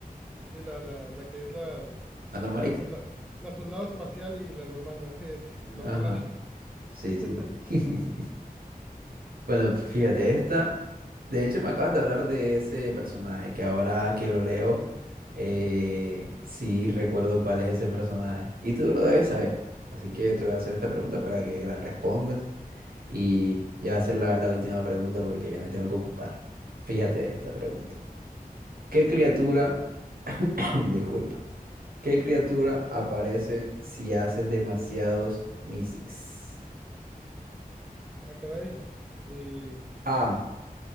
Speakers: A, in the centre; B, on the right.
A: Sí, la, la, la que es la,
B: la normalita.
A: la, solda- la soldado espacial y la normal, así es, la
B: Ajá,
A: borracha.
B: sí,
A: <laughs>
B: sí. <laughs> Bueno, fíjate, esta, de hecho me acabas de hablar de ese personaje, que ahora que lo leo, eh, sí recuerdo cuál es ese personaje. Y tú lo debes saber. Así que te voy a hacer esta pregunta para que la respondas. Y ya va a ser la, la última pregunta porque ya me tengo que ocupar. Fíjate esta pregunta. ¿Qué criatura, <clears throat> disculpa. ¿Qué criatura aparece si haces demasiados Mysics?
A: Ah, caray. Eh,
B: A.